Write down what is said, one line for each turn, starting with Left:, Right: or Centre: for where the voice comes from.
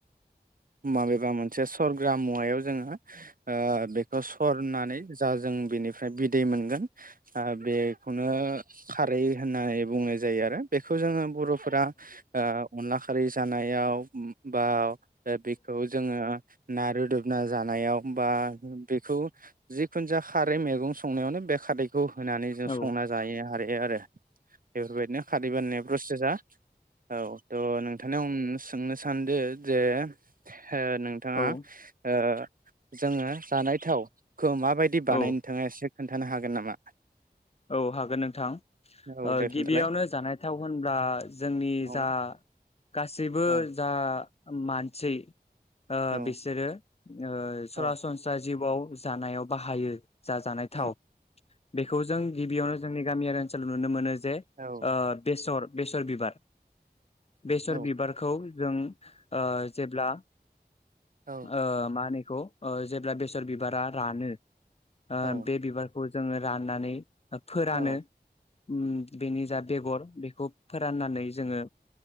Right: माबेबा मोनसे सरग्रा मुवायाव जोङो ओ बे खौ सरनानै जा जों बिनिफ्राय बिदै मोनगोन आ बेखौनो खारै होननाय बुंनाय जायो आरो बेखौ जोङो बर' फोरा ओ अनला खारै जानायाव बा ओ बेखौ जोङो ना रुदोबना जानायाव बा बेखौ जिखुनु जाया खारै मैगं संनायावनो बे खारै खौ होनानै जों
Left: औ
Right: संना जायो आरो ए आरो बेफोरबायदिनो खारि बानायनाय प्रसेसा <inaudible> औ थ' नोंथांनि <unintelligible> सोंनो सानदो जे हो नोंथाङा
Left: औ
Right: ओ जोङो जानाय थाव खौ माबायदि
Left: औ
Right: बानाय नोंथाङा एसे खोन्थानो हागोन नामा?
Left: औ हागोन नोंथां
Right: औ
Left: ओ
Right: दे
Left: गि
Right: खोन्थालाय
Left: बियावनो जानायथाव होनब्ला जोंनि
Right: औ
Left: जा गासैबो
Right: औ
Left: जा मानसै ओ
Right: औ
Left: बिसोरो ओ सरासनस्रायस
Right: औ
Left: जिउआव जानायाव बाहायो जा जानाय थाव
Right: औ
Left: बेखौ जों गिबियावनो जों गामियारि ओनसोल नुनो मोनो जे
Right: औ
Left: ओ बेसर बेसर बिबार बेसर
Right: औ
Left: बिबारखौ जों ओ जेब्ला
Right: औ
Left: ओ मानि खौ ओज जेब्ला बेसर बिबारा रानो ओ
Right: औ उम औ
Left: बे बिबारखौ जोङो राननानै आ फोरानो
Right: औ
Left: उम बेनि जा बेगर बेखौ फोराननानै जोङो